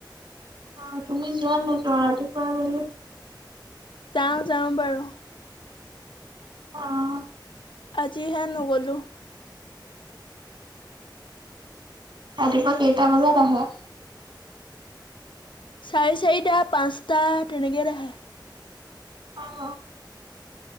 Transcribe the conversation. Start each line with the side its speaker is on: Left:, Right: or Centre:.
Right: অঁ তুমি যোৱা ন ত ৰাতিপুৱা <unintelligible>
Left: যাওঁ যাওঁ বাৰু।
Right: অঁ।
Left: আজি হে নগ'লো।
Right: ৰাতিপুৱা কেইটা বজাত আহে?
Left: চাৰে চাৰিটা পাঁচটা তেনেকেই আহে।
Right: অঁহ।